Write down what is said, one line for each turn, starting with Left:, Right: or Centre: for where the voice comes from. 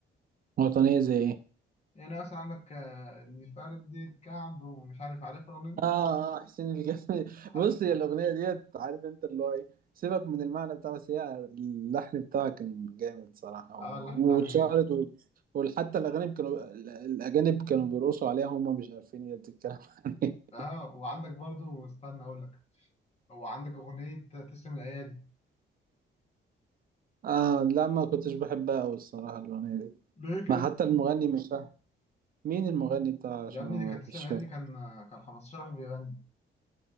Right: وطنية زي إيه؟
Left: يعني مثلا عندك آه، دي فردة كعب ومش عارف عارف الأغنية دي
Right: اه اه حسين الجسمي <laughs>
Left: ح-
Right: بص هي الاغنيه ديت عارف انت اللي هو ايه سيبك من المعنى بتاعها بس هي اللحن بتاعها كان جامد صراحه
Left: أه
Right: و-
Left: اللحن بتاعها
Right: واتشهرت
Left: جامد
Right: و- وحتى الاغاني كانوا ال- الاجانب كانوا بيرقصوا عليها هم مش عارفين هي بتتكلم <laughs> عن ايه
Left: أه وعندك برضو استنى أقول لك وعندك أغنية تسلم الأيادي
Right: اه لا ما كنتش بحبها قوي الصراحه الاغنيه دي
Left: ليه كده
Right: ما حتى المغني مش فاهم مين المغني بتاعها عشان
Left: يا ابني
Right: أنا
Left: دي كانت
Right: ما كنتش
Left: تسلم الأيادي
Right: فاكر
Left: دي كان كان 15 واحد بيغني